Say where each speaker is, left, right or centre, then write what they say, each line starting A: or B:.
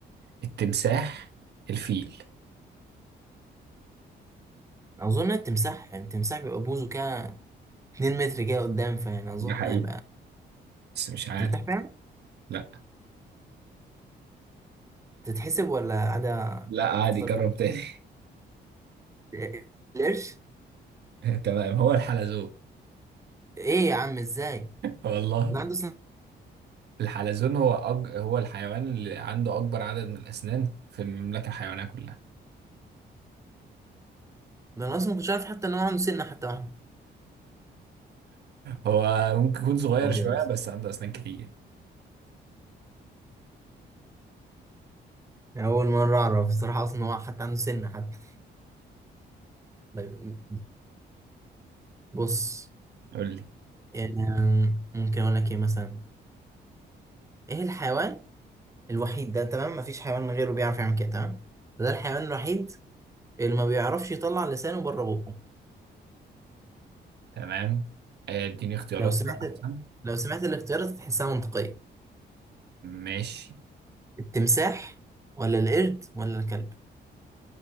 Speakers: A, on the right (about 65°); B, on the right (about 15°).
A: التمساح الفيل
B: اظن التمساح يعني التمساح بيبقى بوزه كده 2 متر كده قدام فيعني اظن
A: ده حقيقي
B: هيبقى
A: بس مش عارف
B: تمساح فعلا
A: لا
B: تتحسب ولا عدا
A: لا عادي
B: اخترت
A: جرب تاني
B: إيه؟ القرش
A: <laughs> تمام هو الحلزون
B: ايه يا عم ازاي
A: والله
B: ده عنده سن
A: الحلزون هو أج... هو الحيوان اللي عنده أكبر عدد من الأسنان في المملكة الحيوانية كلها
B: ده انا اصلا ما كنتش عارف حتى ان هو عنده سنه حتى واحده
A: هو ممكن يكون صغير
B: ابيض
A: شوية بس عنده أسنان كتير
B: يعني اول مره اعرف بصراحه اصلا ان هو حتى عنده سنه حتى طيب بص
A: قول لي
B: يعني أم، ممكن اقول لك ايه مثلا ايه الحيوان الوحيد ده تمام مفيش حيوان غيره بيعرف يعمل كده تمام ده الحيوان الوحيد اللي ما بيعرفش يطلع لسانه بره بقه
A: تمام آه، اديني اختيارات
B: لو سمعت
A: كده أحسن
B: لو سمعت الاختيارات تحسها منطقية
A: ماشي
B: التمساح ولا القرد ولا الكلب